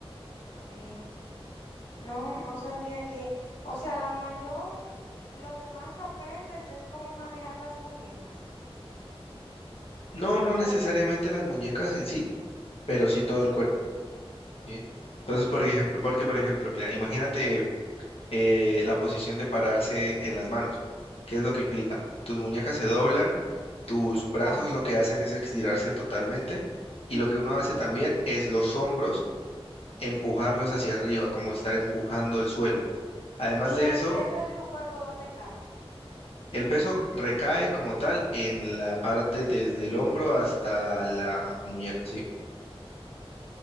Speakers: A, on the left; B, on the left.
A: Ok, no, no sabía que, o sea, la mayor, lo que más aprendes es cómo manejar las muñecas.
B: No,
A: O
B: no
A: sea,
B: necesariamente las muñecas en sí, pero sí todo el cuerpo, ¿sí? Entonces,
A: ok,
B: por ejemplo, porque, por ejemplo, mira, imagínate eh, la posición de pararse en las manos. ¿Qué es lo que implica? Tus muñecas se doblan, tus brazos
A: claro.
B: lo que hacen es estirarse totalmente y lo que uno hace también es los hombros empujarlos hacia arriba, como estar empujando el suelo. Además
A: Y
B: de
A: el
B: eso,
A: peso de tu cuerpo, ¿dónde cae?
B: el peso recae como tal en la parte desde el hombro hasta la muñeca, ¿sí?
A: Ok,